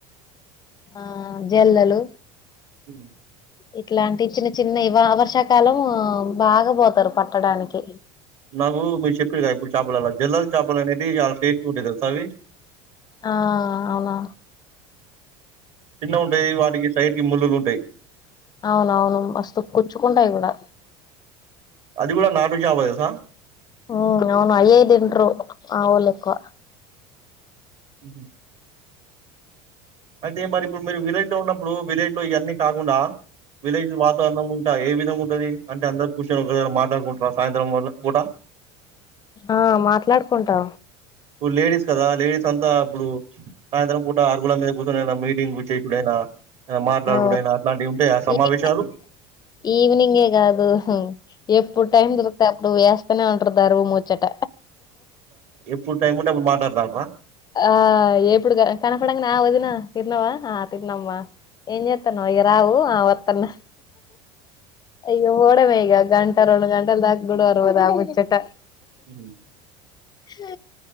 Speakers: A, on the left; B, on the right.
A: ఆ జెల్లలు
B: హు
A: ఇట్లాంటి చిన్న చిన్నయి వ వర్షాకాలం బాగా పోతారు పట్టడానికి
B: నాకు మీరు చెప్పిరు గ ఇప్ చాపల్లల జెల్లల్ చాపలనేటియి ఇగ అవి టెస్ట్ ఉంటాయి తెల్సా అవి
A: ఆ అవునా
B: చిన్నగుంటాయి వాటికి సైడ్ ఈ ముళ్లులు ఉంటాయి
A: అవునవును మస్తు కుచ్చుకుంటాయి కూడా
B: అది కూడా నాటు చేప తెలుసా
A: హ అవును అయ్యే తింట్రూ మా ఓళ్ళు కువ
B: హుహు. అయితే మరి ఇప్పుడు మీరు విలేజ్ లో ఉన్నప్పుడు విలేజ్ లో ఇవన్నీ కా కుండా విలేజ్ వాతావరణం ఉంటా ఏ విధంగ ఉంటది అంటే అందరు కుస్ ఒక వేల మాట్లాడుకుంటర సాయంత్రం వల్ పూట
A: ఆ మాట్లాడుకుంటం
B: ఇప్పుడు లేడీస్ కదా లేడీస్ అంతా ఇప్పుడు సాయంత్రం పూట ఆరుగుల మీద అన్ మీటింగ్ పెట్టెకూడైనా మాట్లాడుడేనా
A: ఓ
B: అట్లాంటియి ఉంటాయ సమావేశాలు
A: ఈవినింగ్ ఈవినింగే ఏ కాదు ఎప్పుడు టైం దొరికితే అప్పుడు ఏస్తనే ఉ పెడుతరు మూచ్చట
B: ఎప్పుడు టైం ఉంటే అప్పుడు మాట్లాడుతండ్రా
A: ఆ ఎప్పుడు కనపడంగానే ఆ వదిన తిన్నావా ఆ తిన్నామ్మా ఏం చేత్తనవ్ ఇగ రావు ఆ వత్తన్న ఇ ఓడమే ఈగ గంట రెండు గంటల దాగ గుడ ఒరువదా ముచ్చట
B: ఉ
A: హ